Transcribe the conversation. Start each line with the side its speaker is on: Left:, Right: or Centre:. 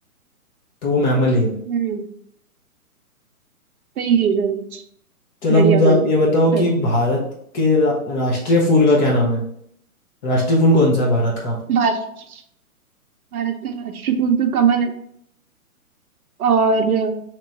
Left: तो वो मैमल ही है
Right: हम्म सही रीजन है
Left: चलो
Right: बढ़िया
Left: मुझे
Right: बढ़िया
Left: आप ये बताओ कि
Right: चलो
Left: भारत के रा, राष्ट्रीय फूल का क्या नाम है राष्ट्रीय फूल कौन सा है भारत का
Right: भारत भारत का राष्ट्र फूल तो कमल है और अ,